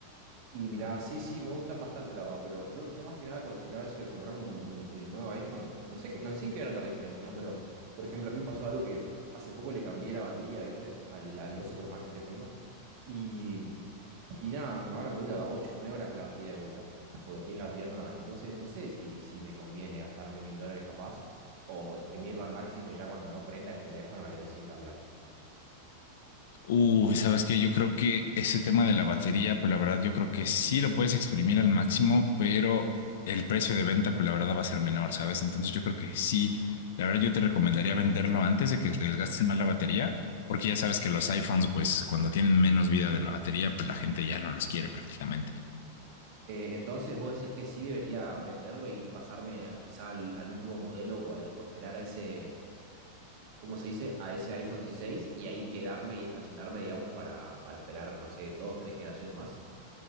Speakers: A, on the right; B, on the left.
A: Y mirá, sí, sí, me gustan bastante, la verdad, pero yo, yo más que nada consideraba eso de comprarme un- un- el nuevo iPhone. No sé, qué- no sé en qué notar diferencia, ¿no? Pero, por ejemplo, a mí me pasó algo que hace poco le cambié la batería, ¿viste? Al, al 12 Pro Max que tengo. Y, y nada, ahora me dura 8 o 9 horas la batería de vuelta, porque tiene la batería nueva. Entonces, no sé si, si me conviene gastarme mil dólares capaz o exprimirlo al máximo y ya cuando no prenda este teléfono, ahí recién cambiarlo.
B: Uy, sabes que yo creo que ese tema de la batería, pues la verdad, yo creo que sí lo puedes exprimir al máximo, pero el precio de venta, pues la verdad, va a ser menor, ¿sabes? Entonces yo creo que sí, la verdad, yo te recomendaría venderlo antes de que se desgaste más la batería, porque ya sabes que los iPhones, pues cuando tienen menos vida de la batería, pues la gente ya no los quiere prácticamente.
A: Eh, entonces vos decís que sí debería venderlo y, y pasarme a- quizá al, al último modelo o, al- o esperar a ese, ¿cómo se dice? A ese iPhone dieciséis y ahí quedarme y estacionarme, digamos, para, para esperar, no sé, dos, tres generaciones más.